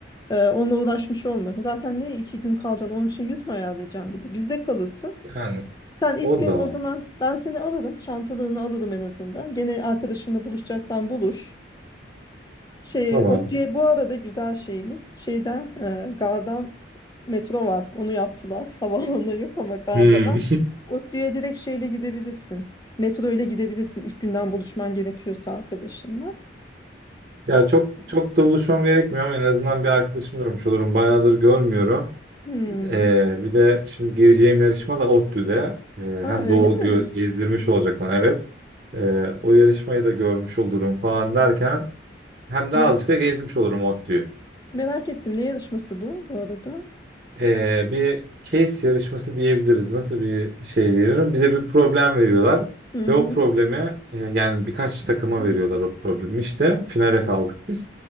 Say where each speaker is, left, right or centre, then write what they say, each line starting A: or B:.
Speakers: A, on the left; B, on the right.
A: E, onunla uğraşmış olma. Zaten ne iki gün kalacaksın. Onun için yutma ayarlayacağım bir de. Bizde kalırsın.
B: Yani
A: Sen ilk
B: o
A: gün
B: da
A: o zaman ben seni alırım. çantalarını alırım en azından. Gene arkadaşınla buluşacaksan buluş. Şey,
B: tamam.
A: o diye bu arada güzel şeyimiz şeyden e, gardan metro var. Onu yaptılar. <laughs> Havaalanı yok ama garda
B: Hmm.
A: var. ODTÜ'ye direkt şeyle gidebilirsin. Metro ile gidebilirsin ilk günden buluşman gerekiyorsa arkadaşınla.
B: Ya çok çok da buluşmam gerekmiyor ama en azından bir arkadaşım görmüş olurum. Bayağıdır görmüyorum.
A: Hmm.
B: Ee, bir de şimdi gireceğim yarışma da ODTÜ'de. Ee, hem
A: Aa, öyle
B: doğu
A: mi?
B: gö- gezdirmiş olacak bana evet. Ee, o yarışmayı da görmüş olurum falan derken hem de
A: Me-
B: azıcık da gezmiş olurum ODTÜ'yü.
A: merak ettim. Ne yarışması bu bu arada?
B: e, bir case yarışması diyebiliriz. Nasıl bir şey diyebilirim? Bize bir problem veriyorlar
A: Hı hı.
B: ve o problemi e, yani birkaç takıma
A: Hı
B: veriyorlar o problemi işte. Finale kaldık biz.